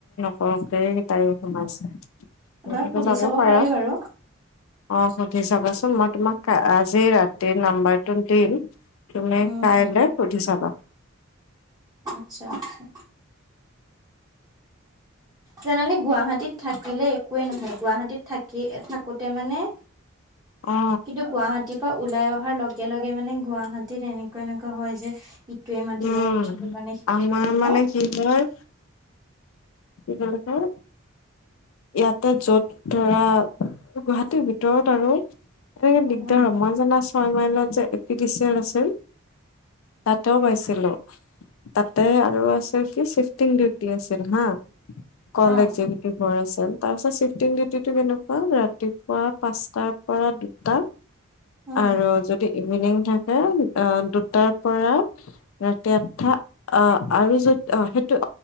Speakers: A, on the left; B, on the right.
A: পৰহকেইটাই সোমাইছে
B: এবাৰ
A: এতিয়া
B: সুধি
A: যাব
B: চাব
A: পাৰা।
B: পাৰি বাৰু
A: অ সুধি চাবাচোন মই তোমাক আজি ৰাতিৰ নাম্বাৰটো দিম। তুমি
B: উম
A: কাইলৈ
B: উম
A: সুধি চাবা।
B: আচ্ছা আচ্ছা। জানানে গুৱাহাটীত থাকিলে একোৱে নহয়, গুৱাহাটীত থাকি থাকোতে মানে
A: অ
B: কিন্তু গুৱাহাটীত ওলাই অহাৰ লগে লগে মানে গুৱাহাটীত এনেকুৱা এনেকুৱা হয় যে ইটোৱে মাতিব
A: উম,
B: ইণ্টাৰভিউ কাৰণে সিটোৱে
A: আমাৰ
B: মাতিব
A: মানে কি হয় কি ক'লে তই ইয়াতে যত ধৰা গুৱাহাটীৰ ভিতৰত আৰু। এনেকে দিগদাৰ
B: উম
A: হয়, মই জানা ছয় মাইলত যে এ পি চি এল আছিল তাতেও পাইছিল। তাতে আৰু আছিল কি চিফটিং ডিউটি আছিল হা কলে
B: অহ
A: য পঢ় আছিল, তাৰপিছত চিফটিং ডিউটিটো কেনেকুৱা ৰাতিপুৱা পাঁচটাৰ পৰা দুটা
B: উম
A: আৰু যদি ইভিনিং থাকে অ' দুটাৰ
B: <inaudible>
A: পৰা ৰাতি আঠটা অ' আৰু য সেই অ' সেইটো